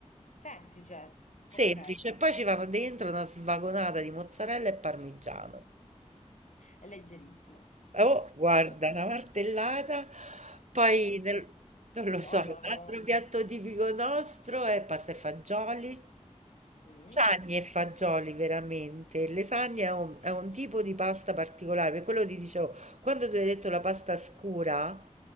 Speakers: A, on the left; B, on the right.
A: Semplice.
B: semplice,
A: Ok.
B: e poi ci vanno dentro una svagonata di mozzarella e parmigiano.
A: È leggerissimo.
B: Oh, guarda,
A: <laughs>
B: una martellata, poi nel non lo
A: Buona,
B: so, un altro
A: vero?
B: piatto tipico nostro è pasta e fagioli.
A: Mm,
B: Lasagne e fagioli veramente. Le Lasagne è un, è un tipo di pasta particolare, per quello ti dicevo, quando tu hai detto la pasta scura,